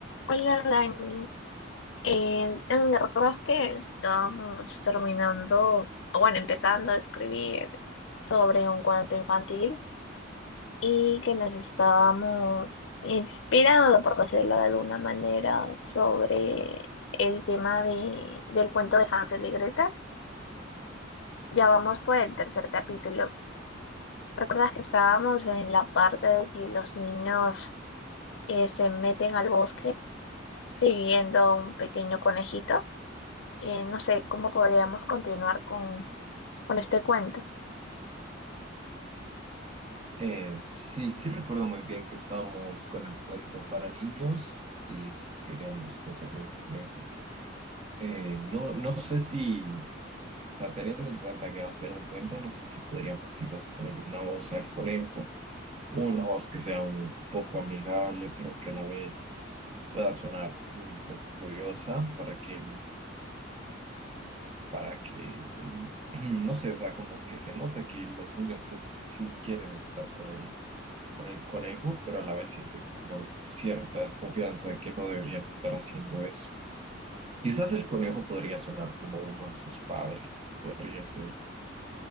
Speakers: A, on the left (about 65°); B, on the right (about 30°).
A: Hola, Dani. Eh, ¿me recuerdas que estábamos terminando, o bueno, empezando a escribir sobre un cuento infantil y que nos estábamos inspirando, por decirlo de alguna manera, sobre el tema de, del cuento de Hansel y Gretel? Ya vamos por el tercer capítulo. ¿Recuerdas que estábamos en la parte de que los niños eh, se meten al bosque siguiendo a un pequeño conejito? eh, no sé cómo podríamos continuar con, con este cuento.
B: Eh, sí, sí recuerdo muy bien que estábamos con el cuento para niños y queríamos meterle un conejo. Eh, no, no sé si, o sea, teniendo en cuenta que va a ser un cuento, no sé si podríamos quizás ponerle una voz al conejo, una voz que sea un poco amigable, pero que a la vez pueda sonar un poco curiosa para que, el- para que, <clears throat> no sé, o sea, como que se note que los niños sí, es- sí quieren estar con él con el conejo, pero a la vez sienten como cierta desconfianza de que no deberían estar haciendo eso. Quizás el conejo podría sonar como uno de sus padres, podría ser.